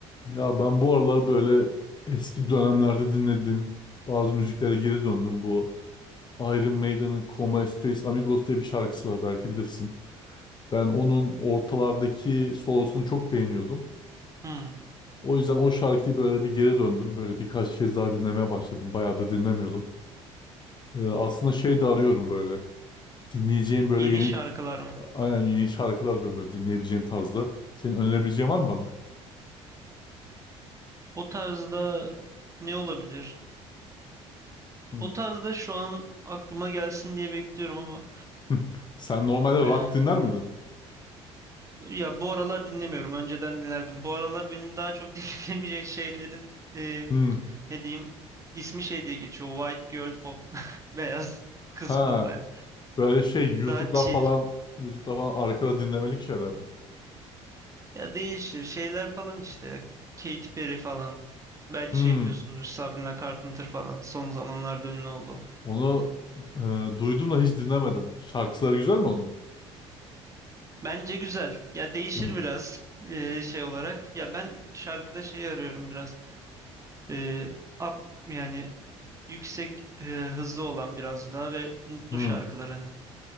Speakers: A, on the left (about 30°); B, on the right (about 20°).
A: Ya ben bu aralar böyle eski dönemlerde dinlediğim bazı müziklere geri döndüm. Bu Iron Maiden'ın Como Estais Amigos diye bir şarkısı var belki bilirsin. Ben onun ortalardaki solosunu çok beğeniyordum.
B: Hmm,
A: O yüzden o şarkıyı böyle bir geri döndüm. Böyle birkaç kez daha dinlemeye başladım. Bayağı da dinlemiyordum. Ee, aslında şey de arıyorum böyle. Dinleyeceğim böyle
B: yeni
A: yeni
B: şarkılar mı?
A: aynen yeni şarkılar diyorum böyle dinleyebileceğin tarzda. Senin önerebileceğin var mı bana?
B: O tarzda ne olabilir?
A: Hmm.
B: O tarzda şu an aklıma gelsin diye bekliyorum ama
A: <laughs> Sen normalde rock
B: e,
A: dinler miydin?
B: ya bu aralar dinlemiyorum. Önceden dinlerdim. Bu aralar benim daha çok <laughs> dinlemeyecek şeylerin e,
A: Hmm.
B: ne diyeyim ismi şey diye geçiyor. White girl pop, <laughs> beyaz
A: Ha.
B: kız pop yani.
A: Böyle şey YouTube'da
B: Daha chill.
A: falan YouTube'da falan arkada dinlemelik şeyler mi?
B: Ya değişir şeyler falan işte. Katy Perry falan. Belki
A: Hmm.
B: şey biliyorsundur Sabrina Carpenter falan. Son zamanlarda ünlü oldu.
A: Onu e, duydum da hiç dinlemedim. Şarkıları güzel mi onun?
B: Bence güzel. Ya değişir
A: Hmm.
B: biraz eee, şey olarak. Ya ben şarkıda şey arıyorum biraz. Eee up yani yüksek eee, hızlı olan biraz daha ve mutlu
A: Hmm.
B: şarkılarını.